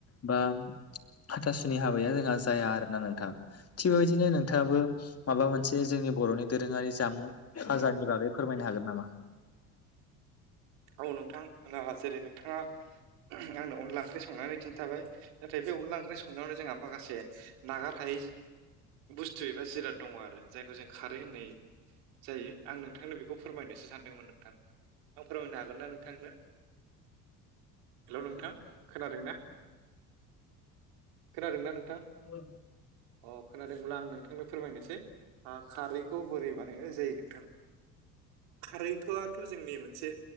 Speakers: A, on the left (about 30°); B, on the right (about 60°).
A: बा हाथासुनि हाबाया जोंहा जाया आर ना नोंथाङा थिग बेबायदिनो नोंथाङाबो माबा मोन मोनसे जोंनि बर'नि दोरोङारि जामुं फाजारानि बागै फोरमायनो हागोन नामा
B: औ नोंथां जेरै नोंथाङा आंनो अनला ओंख्रि संनानै खिन्थाबाय नाथाय बे अनला ओंख्रि संनायावनो जोंहा माखासे नागार हायै बुस्थु एबा जिराद दङ आरो जायखौ जों खारो होननाय जायो आं नोंथांनो बेखौ फोरमायनोसो सानदोंमोन नोंथां आं फोरमायनो हागोन ना नोंथांनो? हेल' नोंथां खोनादों ना? खोनादों ना नोंथां?
A: औ
B: अ खोनादोंमोनब्ला आं नोंथांनो फोरमायनोसै खारैखौ बोरै बानायनाय जायो नोंथां खारैखौआथ' जोंनि मोनसे